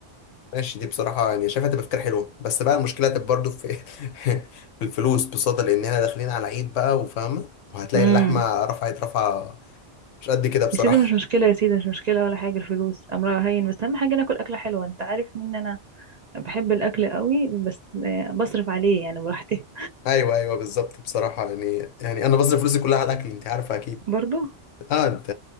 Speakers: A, on the left; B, on the right.
A: ماشي دي بصراحه يعني شايفها تبقى فكره حلوه بس بقى المشكله تبقى برضه في <laughs> في الفلوس بصدى لان احنا داخلين على عيد بقى وفاهمه وهتلاقي
B: امم
A: اللحمه رفعت رفعه مش قد كده بصراحه
B: يا سيدي مش مشكلة يا سيدي مش مشكلة ولا حاجة الفلوس أمرها هين بس أهم حاجة ناكل أكلة حلوة أنت عارف إن أنا بحب الأكل قوي بس آه، بصرف عليه يعني براحتي
A: <laughs> ايوه ايوه بالظبط بصراحه يعني يعني انا بصرف فلوسي كلها على الاكل انت عارفه اكيد
B: <laughs> برضو
A: اه انت